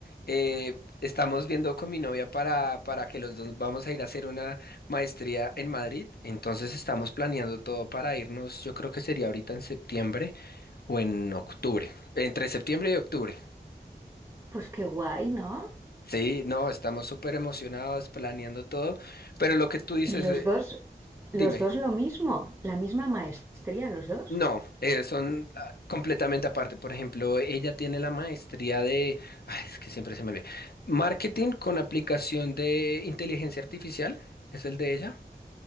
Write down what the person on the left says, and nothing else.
eh, estamos viendo con mi novia para, para que los dos vamos a ir a hacer una maestría en Madrid. Entonces estamos planeando todo para irnos. Yo creo que sería ahorita en septiembre o en octubre. Entre septiembre y octubre.
Sí, no, estamos súper emocionados planeando todo. Pero lo que tú dices,
eh,
dime.
No, eh, son ah, completamente aparte. Por ejemplo, ella tiene la maestría de, ay, es que siempre se me olvida, marketing con aplicación de inteligencia artificial, es el de ella.